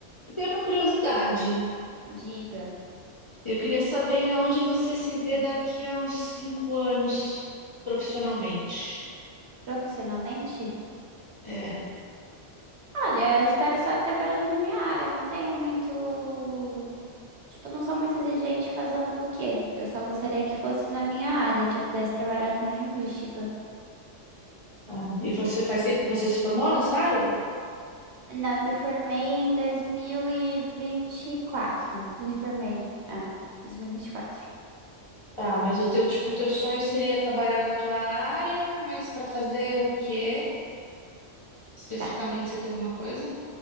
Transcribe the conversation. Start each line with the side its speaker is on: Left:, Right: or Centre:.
Left: Eu tenho uma curiosidade.
Right: Diga,
Left: Eu queria saber aonde você se vê daqui a uns cinco anos profissionalmente.
Right: profissionalmente?
Left: É.
Right: Olha, eu espero só que trabalhando na minha área, não tenho muito. Tipo, não sou muito exigente fazendo o quê? Eu só gostaria que fosse na minha área, que eu pudesse trabalhar com linguística.
Left: Ah, e você faz tempo que você se formou nessa área?
Right: Não, eu me formei em dois mil e e vinte e quatro Me formei. É, 2024
Left: Ah, mas o teu, tipo, o teu sonho seria trabalhar na tua área, mas para fazer o quê? Especificamente,
Right: Tá.
Left: você tem alguma coisa?